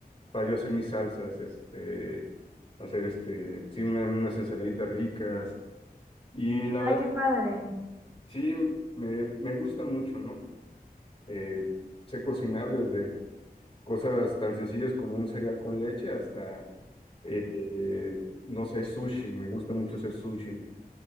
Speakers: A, on the left; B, on the right.
A: para yo hacer mis salsas, este, hacer este, sí, una- unas ensaladitas ricas. Y la
B: Ay,
A: verdad,
B: qué padre.
A: sí, me, me gusta mucho, ¿no? Eh, sé cocinar desde cosas tan sencillas como un cereal con leche hasta, eh, eh, no sé, sushi. Me gusta mucho hacer sushi.